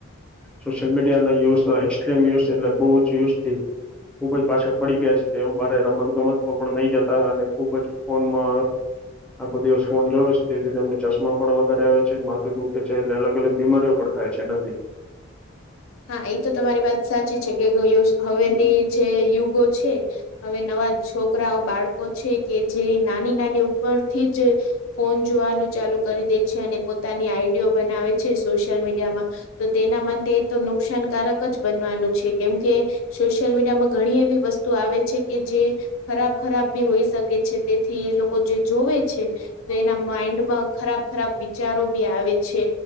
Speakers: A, in the centre; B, on the left (about 75°).
A: સોશિયલ મીડિયાના યુઝ એક્સ્ટ્રીમ યુઝ એટલે બહુ જ યુઝ ટી ખુબ જ પાછળ પડી ગયા છે તેવું બારે રમત ગમત પણ નહી જતા અને ખૂબ જ ફોનમાં આખો દિવસ ફોન જોવે છે તેથી તેમને ચશ્મા પણ વધારે આવે છે માથું દુખે છે એટલે અલગ અલગ બીમારીઓ પણ થાય છે નથી
B: હા એ તો તમારી વાત સાચી છે કે હવેની જે યુગો છે હવે નવા છોકરાઓ બાળકો છે કે જે નાની નાની ઉપરથી જ ફોન જોવાનું ચાલુ કરી દે છે અને પોતાની આઈડીયો બનાવે છે સોશિયલ મીડિયામાં તો તેના માટે તો નુકસાનકારક જ બનવાનું છે કેમ કે સોશિયલ મીડિયામાં ઘણી એવી વસ્તુ આવે છે કે જે ખરાબ ખરાબ બી હોઈ શકે છે તેથી એ લોકો જે જોવે છે તો એના માઈન્ડમાં ખરાબ ખરાબ વિચારો બી આવે છે